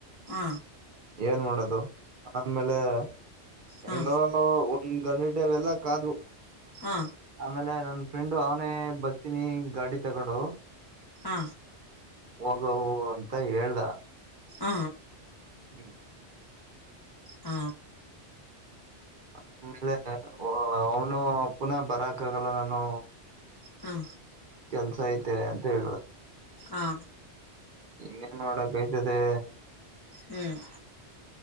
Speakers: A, on the left; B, on the right.
A: ಹ
B: ಏನ್ ಮಾಡೋಡದು ಆಮೇಲೆ ಹೆಂಗ
A: ಹಾ
B: ಒಂದ್ ಗಂಟೆವೆಲ್ಲ ಕಾದ್
A: ಹಾ
B: ಆಮೇಲೆ ನನ್ ಫ್ರೆಂಡು ಅವನೇ ಬರ್ತೀನಿ ಗಾಡಿ ತಗೊಂಡು
A: ಹಾ
B: ಹೋಗವು ಅಂತ ಹೇಳ್ದ
A: ಹ್ಮ
B: ಹ್ಮ
A: ಹ್ಮ
B: ಆಮೇಲೆ ಅವನು ಪುನಃ ಬರಕ ಆಾಗಲ್ಲ ನಾನು
A: ಹಾ
B: ಕೆಲ್ಸ ಐತೆ ಅಂತ ಹೇಳುದ
A: ಹಾ
B: ಇನ್ನೇನ್ ಮಾಡೋಡಕ್ೈ್ತದೆ
A: ಹ್ಮ್